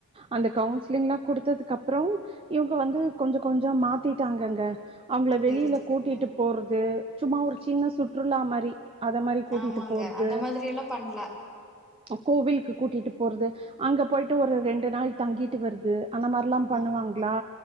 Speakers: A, on the right; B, in the centre.
A: அந்த கவுன்சிலிங்லா குடுத்ததுக்கு அப்றோ இவுங்க வந்து கொஞ்சோ கொஞ்சோ மாத்திட்டாங்கங்க அவுங்கள
B: சேரி
A: வெளில
B: சேரிங்க
A: கூட்டிட்டு போறது சும்மா ஒரு சின்ன சுற்றுலா மாரி அத மாரி கூட்டிட்டு
B: ஆமாங்க
A: போறது
B: அந்த மாதிரி எல்லா பண்லா
A: கோவிலுக்கு கூட்டிட்டு போற வர்து அங்க போயிட்டு ஒரு ரெண்டு நாள் தங்கீட்டு வர்து அந்த மாரில்லா பண்ணுவாங்களா
B: ஆமாங்க